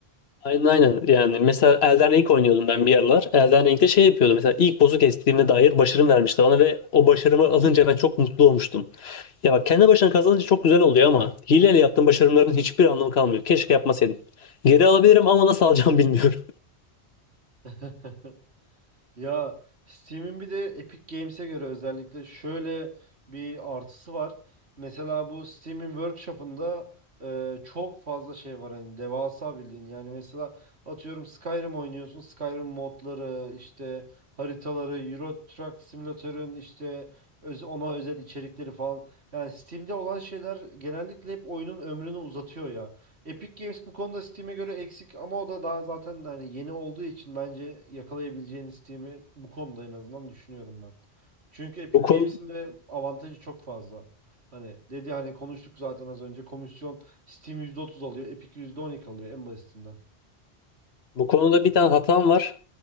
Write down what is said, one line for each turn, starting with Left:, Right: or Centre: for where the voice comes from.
Left: Aynen aynen. Yani mesela Elden Ring oynuyordum ben bir aralar. Elden Ring'de şey yapıyordum. Mesela ilk boss'u kestiğime dair başarım vermişti bana ve o başarımı alınca ben çok mutlu olmuştum. Ya bak kendi başına kazanınca çok güzel oluyor ama hileyle yaptığım başarımların hiçbir anlamı kalmıyor. Keşke yapmasaydım. Geri alabilirim ama nasıl alacağım bilmiyorum.
Right: <laughs> Ya Steam'in bir de Epic Games'e göre özellikle şöyle bir artısı var. Mesela bu Steam'in workshop'ında e, çok fazla şey var hani devasa bildiğin. Yani mesela atıyorum Skyrim oynuyorsun. Skyrim modları, işte haritaları, Euro Truck Simulator'ın işte öz- ona özel içerikleri falan. Yani Steam'de olan şeyler genellikle hep oyunun ömrünü uzatıyor ya. Epic Games bu konuda Steam'e göre eksik ama o da daha zaten hani yeni olduğu için bence yakalayabileceğini Steam'i bu konuda en azından düşünüyorum ben. Çünkü Epic
Left: <laughs> Bu konu,
Right: Games'in de avantajı çok fazla. Hani dedi hani konuştuk zaten az önce komisyon Steam %30 alıyor, Epic %12 alıyor en basitinden.
Left: bu konuda bir tane hatam var.